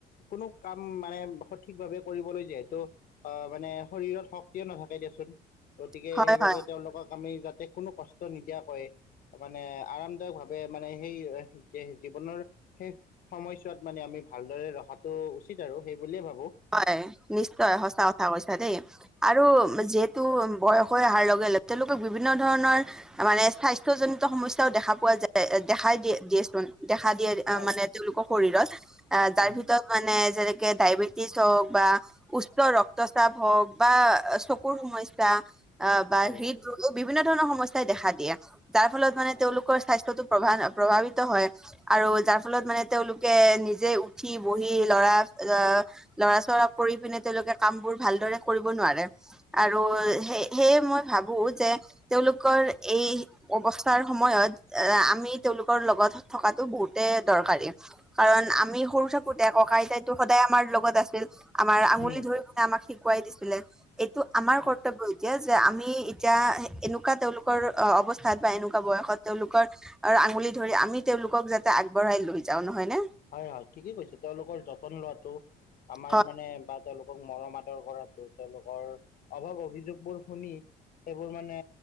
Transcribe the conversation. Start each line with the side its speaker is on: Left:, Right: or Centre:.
Left: কোনো কাম মানে সঠিক ভাৱে কৰিবলৈ যিহেতু অ মানে শৰীৰত শক্তি নাথাকে দেচোন, গতিকে
Centre: হয়
Left: সেইবাবে
Centre: হয়
Left: তেওঁলোকক আমি যাতে এই কোনো কষ্ট নিদিয়া কয় মানে আৰামদায়ক ভাৱে মানে সেই জীৱনৰ সেই সময়ছোৱাত মানে আমি ভালদৰে ৰখাটো উচিত আৰু সেই বুলিয়ে ভাবো।
Centre: হয় নিশ্চয় সঁচা কথা কৈছা দেই। আৰু যিহেতু বয়স হৈ অহাৰ লগে লগে তেওঁলোকক বিভিন্ন ধৰণৰ মানে স্বাস্থ্য জনিত সমস্যাৰ দেখা পোৱা যায় দেখাই দিয়ে-দিয়েচোন দেখা দিয়ে অ
Left: হয়
Centre: মানে তেওঁলোকৰ শৰীৰত, অ তাৰ
Left: উম,
Centre: ভিতৰত মানে যেনেকে ডায়বেটি হওক বা উচ্চ ৰক্তচাপ হক'বা চকুৰ সমস্যা অ বাহ
Left: হয়
Centre: হিত
Left: হয়
Centre: বিভিন্ন ধৰণৰ সমস্যা দেখা দিয়ে। যাৰ ফলত মানে তেওঁলোকৰ স্বাস্থ্যটো প্ৰভাব প্ৰভাৱিত হয়' আৰু যাৰ ফলত মানে তেওঁলোকে নিজে উঠি বহি লৰা আহ লৰা ছৰা কৰি পিনে তেওঁলোকে কাম বোৰ ভালদৰে কৰিব নোৱাৰে। আৰু সে সেয়ে মই ভাবো যে' তেওঁলোকৰ এই অৱস্থাৰ সময়ত এ আমি তেওঁলোকৰ লগত থকাতটো বহুতে দৰকাৰী। কাৰণ আমি সৰু থাকোতে ককা আইতাইতো সদায় আমাৰ লগত আছিল। আমাৰ আঙুলি
Left: উম,
Centre: ধৰি পিনে আমাক শিকোৱাই দিছিলে, এইটো আমাৰ
Left: হয়
Centre: কৰ্তব্য এতিয়া যে আমি এতিয়া এনেকুৱা তেওঁলোকৰ অৱস্থাত বা এনেকুৱা বয়সত তেওঁলোকৰ আৰু আঙুলি ধৰি আমি তেওঁলোকক যাতে আগবঢ়াই লৈ যাওঁ নহয় নে?
Left: হয় হয় ঠিকেই কৈছে, তেওঁলোকৰ যতন লোৱাটো আমাৰ
Centre: হয়
Left: মানে বাট তেওঁলোকক মৰম আদৰ কৰাতো তেওঁলোকৰ অভাৱ অভিযোগবোৰ শুনি সেইবোৰ মানে